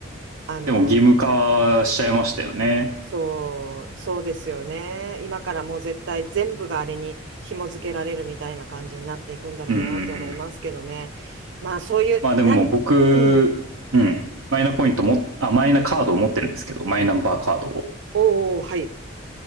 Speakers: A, on the right; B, on the right.
A: あの、
B: でも義務化しちゃいましたよね。
A: そう、そうですよね。今からもう絶対全部があれに紐付けられるみたいな感じになっていくんだろうなって思いますけどね。
B: うんうんうん。
A: まあそういう、
B: まあでも僕、
A: なん、うん
B: うん。マイナポイントも、あ、マイナカードを持ってるんですけど、マイナンバーカードを。
A: おお、はい。